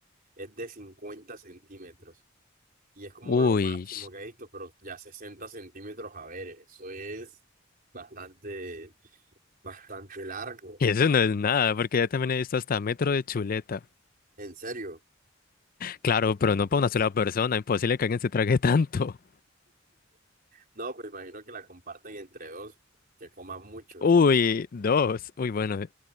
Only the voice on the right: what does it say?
es de 50 centímetros. Y es como
lo máximo que he visto, pero ya 60 centímetros, a ver, eso es bastante, bastante largo.
En serio.
No, pues imagino que la comparten entre dos, que coman mucho.